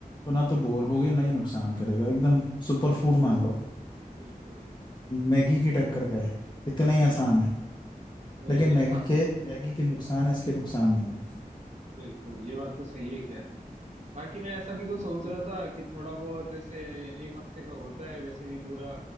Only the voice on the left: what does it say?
तो ना तो बोर होगे ना ये नुकसान करेगा एकदम सुपर फूड मान लो
मैगी की टक्कर का है इतना ही
आसान है
लेकिन मैगी
के मैगी के नुकसान है इसके नुकसान नहीं है